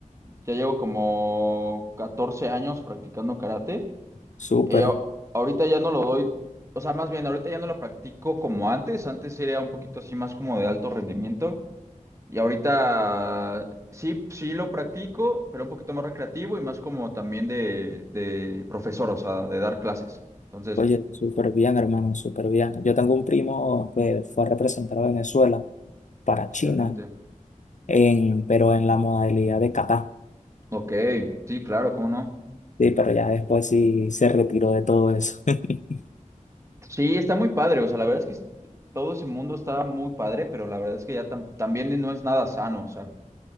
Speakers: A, on the right (about 20°); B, on the left (about 65°).
A: ya llevo como 14 años practicando karate.
B: Súper.
A: Eh, a- ahorita ya no lo doy, o sea, más bien, ahorita ya no lo practico como antes, antes era un poquito así más como de alto rendimiento, y ahorita sí, sí lo practico, pero un poquito más recreativo y más como también de, de profesor, o sea, de dar clases. Entonces,
B: Oye, súper bien, hermano, súper bien. Yo tengo un primo que fue a representar a Venezuela para
A: excelente.
B: China, en, pero en la modalidad de kata.
A: Ok, sí, claro, cómo no.
B: Sí, pero ya después sí se retiró de todo eso. <laughs>
A: Sí, está muy padre, o sea, la verdad es que es- todo ese mundo está muy padre, pero la verdad es que ya tam- también no es nada sano, o sea.